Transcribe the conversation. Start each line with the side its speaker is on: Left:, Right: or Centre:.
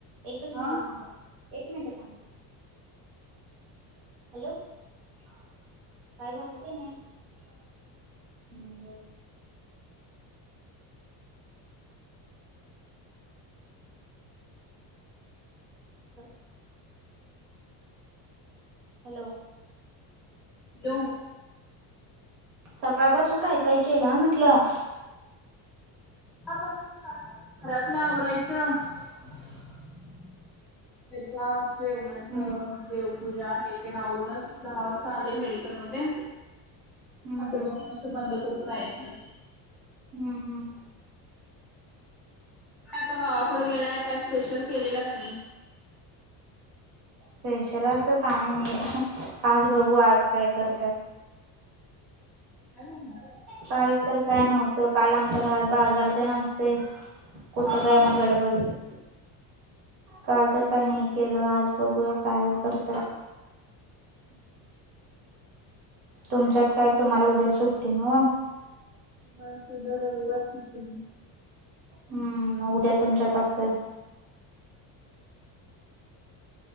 Right: एकच
Centre: हा
Right: मिनटं
Centre: हॅलो
Right: थांब हा एक मिनिट थांबा. हॅलो काय झालं तर नाय हम्म बरं. <unintelligible> हॅलो.
Centre: ल्यो
Right: सकाळपासून काय-काय केलाय म्हंटलं?
Centre: सकाळपासून काय घरातलं आवरायचं <unintelligible> जेवणाचं.
Right: हम्म
Centre: देवपूजा हे तेन आवरूनच दहा वाजता आले मेडिकलमध्ये.
Right: हम्म
Centre: आता
Right: हम्म
Centre: दोन वाजता बंद करून जायचं.
Right: हम्म हम्म.
Centre: आता गावाकडे गेलाय काय स्पेशल केलेलं का नाही?
Right: स्पेशल असं काय नाही, आज बघू आज काय करत्या.
Centre: नाही करणार आहेस?
Right: काल तर काय नव्हतं काल आमच्या घरात बाजार तेन असतंय. कुठं
Centre: हा
Right: काय
Centre: हा
Right: मग गडबड हे. काल तर काय नाही केलं आज बघूया काय करत्या.
Centre: <inaudible>
Right: तुमच्यात काय तुम्हाला उद्या सुट्टी न हो?
Centre: होय उद्या रविवार सुट्टी.
Right: हम्म म उद्या तुमच्यात असेल.